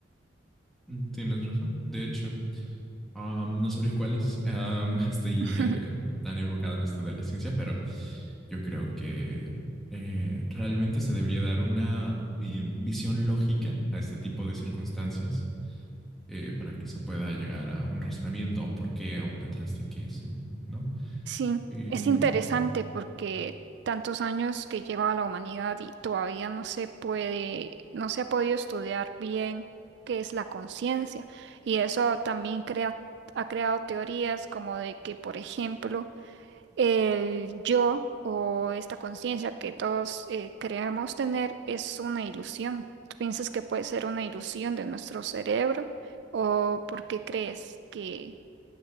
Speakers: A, in the centre; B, on the right (about 60°).
A: mm, Tienes razón. De hecho, am, no sabría cuáles. Am, <laughs> estoy
B: <laughs>
A: em, tan enfocado en esto de la ciencia, pero yo creo que eh, realmente se debería dar una eh, visión lógica a este tipo de circunstancias eh, para que se pueda llegar a un razonamiento, a un porqué, a un detrás de qué, se- ¿no?
B: Sí,
A: Eh,
B: es interesante porque tantos años que lleva la humanidad y todavía no se puede, no se ha podido estudiar bien qué es la conciencia. Y eso también crea, ha creado teorías como de que, por ejemplo, el yo o esta conciencia que todos eh, creemos tener es una ilusión. ¿Tú piensas que puede ser una ilusión de nuestro cerebro? ¿O por qué crees que